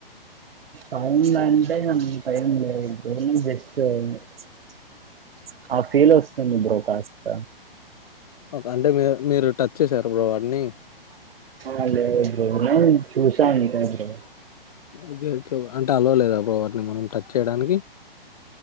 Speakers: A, on the right; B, on the left.
A: అవన్నీ దాన్ని <inaudible> టైం లో <inaudible> ఆ ఫీల్ వస్తుంది బ్రో కాస్త
B: ఒకే అంటే మీ మీరు టచ్ చేసారు బ్రో వాడిని
A: ఆ లేదు బ్రో నేనూ చూసా అంతే బ్రో
B: ఓకే ఓకే అంటే అలో లేదా బ్రో వాటిని మనం టచ్ చేయడానికి